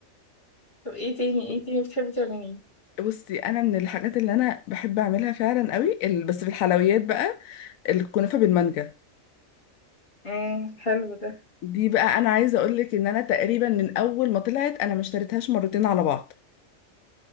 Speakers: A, on the left; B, on the left.
A: طب ايه تاني ايه تاني بتحبي تعمليه
B: <laughs> بصي انا من الحاجات اللي انا بحب اعملها فعلا قوي ال- بس في الحلويات بقى الكنافه بالمانجا
A: امم حلو ده
B: دي بقى انا عايزه اقول لك ان انا تقريبا من اول ما طلعت انا ما اشتريتهاش مرتين على بعض